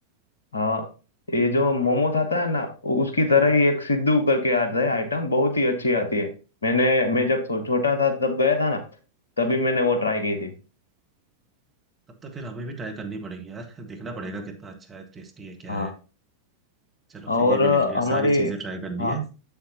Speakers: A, on the left (about 70°); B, on the right (about 20°).
A: हाँ ये जो मोमोस आता है ना उसकी
B: हाँ
A: तरह
B: हाँ
A: ही एक सिद्धू करके आता है आइटम बहुत ही अच्छी आती है मैंने मैं जब छो- छोटा था तब गया था ना तभी मैंने वो ट्राई की थी
B: तब तो फिर हमें भी ट्राई करनी पड़ेगी यार <laughs> देखना पड़ेगा कितना अच्छा है टेस्टी है क्या
A: हाँ
B: है चलो
A: और
B: फिर ये भी
A: अ,
B: लिख लिया
A: हमारी
B: सारी चीजें ट्राई करनी
A: हाँ
B: है